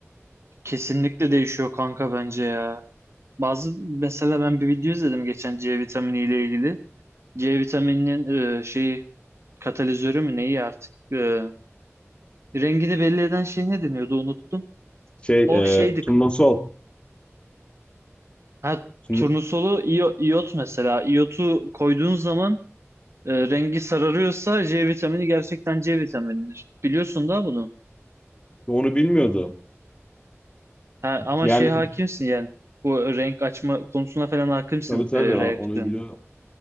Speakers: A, on the right; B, on the left.
A: Kesinlikle değişiyor kanka bence ya. Bazı mesela ben bir video izledim geçen C vitamini ile ilgili. C vitamininin e, şeyi katalizörü mü neyi artık e, rengini belli eden şey ne deniyordu unuttum.
B: Şey,
A: O şeydi.
B: e, Turnusol.
A: Ha
B: Bunu-
A: turnusolu iyo- iyot mesela. İyotu koyduğun zaman e, rengi sararıyorsa C vitamini gerçekten C vitaminidir. Biliyorsun da bunu.
B: Onu bilmiyordu.
A: Ha, ama
B: Yani
A: şey hakimsin yani. Bu renk açma konusuna falan hakimsin
B: tabii tabii
A: e, reaksiyon.
B: o- onu biliyor.